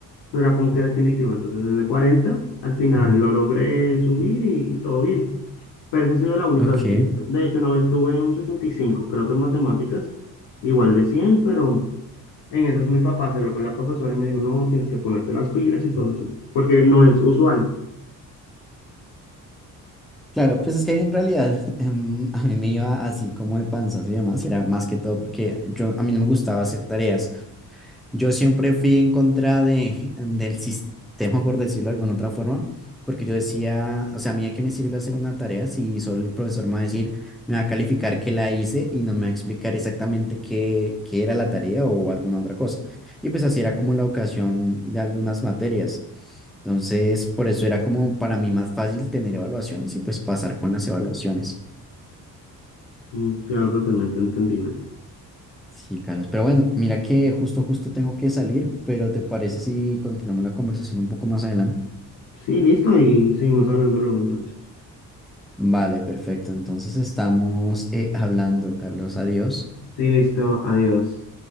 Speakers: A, on the left; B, in the centre.
A: no era como que definitivo. Entonces, desde 40 al final lo logré subir y, y todo bien. Pero esa ha sido la única
B: ok.
A: vez. que me- De hecho, una vez tuve un sesenta y cinco creo que en matemáticas, igual de cien pero en esas mi papá se habló con la profesora y me dijo, no, tienes que ponerte las pilas y todo eso, porque no es usual.
B: Claro, pues es que en realidad <laughs> em, a mí me iba así como de panzas y demás, era más que todo porque yo a mí no me gustaba hacer tareas. Yo siempre fui en contra de, del sistema, por decirlo de alguna otra forma, porque yo decía, o sea, a mí de qué me sirve hacer una tarea si solo el profesor me va a decir, me va a calificar que la hice y no me va a explicar exactamente qué, qué era la tarea o alguna otra cosa. Y pues así era como la ocasión de algunas materias. Entonces, por eso era como para mí más fácil tener evaluaciones y pues pasar con las evaluaciones.
A: Mm, Queda totalmente entendible.
B: Sí, Carlos. Pero bueno, mira que justo, justo tengo que salir, pero ¿te parece si continuamos la conversación un poco más adelante?
A: Sí, listo, y seguimos hablando luego entonces.
B: Vale, perfecto. Entonces estamos eh, hablando, Carlos. Adiós.
A: Sí, listo, adiós.